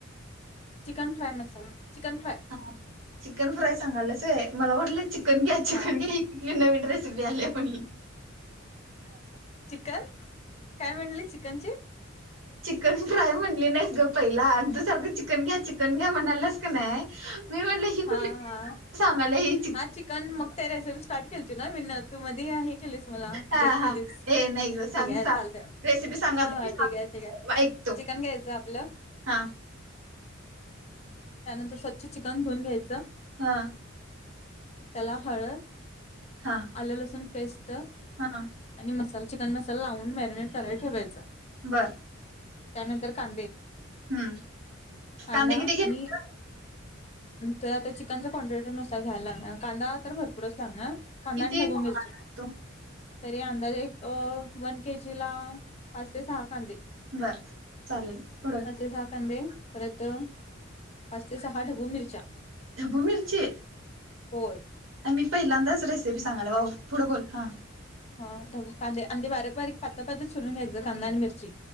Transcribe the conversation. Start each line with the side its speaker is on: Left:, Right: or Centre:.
Left: Chicken fry masala, chicken fry
Right: हा, चिकन फ्राय सांगल्यास होय. मला वाटलं, चिकन घ्या, चिकन.
Left: हा
Right: कुठली, नवीन रेसिपी आलिया पण.
Left: चिकन, काय म्हटली? चिकनची.
Right: चिकन फ्राय म्हणली नाहीस ग. पहिला आणि तू सारखं चिकन घ्या, चिकन घ्या, म्हणाल्यास. कनाय, मी म्हटल ही...
Left: हा... हा....
Right: सांगली हि
Left: हा चिकन मग, त्या रेसिपी स्टार्ट केलीती. मिन तू मध्ये आहे केलीस. मला
Right: हा
Left: ब्रेक केलीस
Right: हा ए नाही ग सांग
Left: ठीक आहे.
Right: सांग
Left: चालते,
Right: रेसिपी सांगा
Left: हा
Right: तरी
Left: हा
Right: सांग
Left: ठीक आहे. ठीक आहे.
Right: ऐकतो
Left: चिकन घ्यायचं आपलं
Right: हा...
Left: त्यानंतर, स्वच्छ चिकन धुऊन घ्यायचं.
Right: हा...
Left: त्याला हळद
Right: हा...
Left: आले, लसूण, पेस्ट
Right: हा...
Left: आणि मसाला चिकन मसाला लावून मॅरिनेट करायला ठेवायचा.
Right: बरं....
Left: त्यानंतर, कांदे
Right: हम्म
Left: कांदा
Right: कांदे किती घ्यायचं
Left: आणि ते आता चिकनच्या क्वनटिटी नुसार घ्यायला लागणार. कांदा, तर भरपूरच लागणार. कांदा
Right: किती
Left: आणि ढबू
Right: सांगणार
Left: मिरची,
Right: तू
Left: तरी अंदाजे एक वन केजी ला पाच ते सहा कांदे.
Right: बर चालेल पुढं
Left: अछ साहा कंदे. परत, पाच ते सहा ढबू मिरच्या...
Right: ढबू मिर्ची...
Left: होय....
Right: आणि मी पहिल्यांदाच रेसिपी सांगायला, भाऊ पुढे बोल हा...
Left: हा ढबु कादे बारीक बारीक पातत पात चिरून घ्यायचं. कांदा आणि मिरची